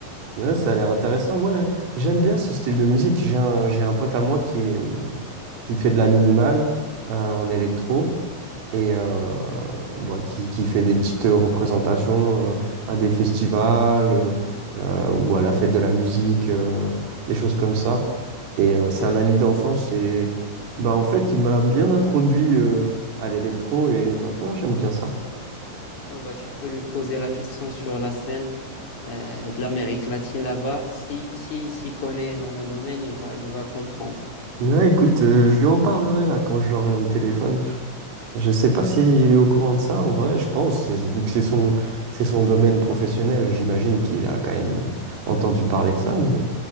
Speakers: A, on the right; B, on the left.
A: Ouais, ça a l'air intéressant. Moi, je- j'aime bien ce style de musique. J'ai un, j'ai un pote à moi qui, est, hum, qui fait de la minimale euh, en électro. et euh, bah, qui, qui fait des petites euh, représentations euh, à des festivals euh, euh, ou à la fête de la musique, euh, des choses comme ça. Et euh,
B: Ouais,
A: c'est un
B: bah,
A: ami d'enfance et bah, en fait, il m'a bien introduit euh, à l'électro et maintenant j'aime bien ça.
B: ouais, bah, tu peux lui poser la question sur la scène. euh, de l'Amérique latine là-bas. Si, s'il s'y connaît dans le domaine, il va, il va comprendre.
A: Ouais, écoute, euh, je lui en parlerai là quand je l'aurai au téléphone. Je sais pas s'il est au courant de ça, en vrai, je pense, c'est- vu que c'est son, c'est son domaine professionnel, j'imagine qu'il a quand même euh, entendu parler de ça, mais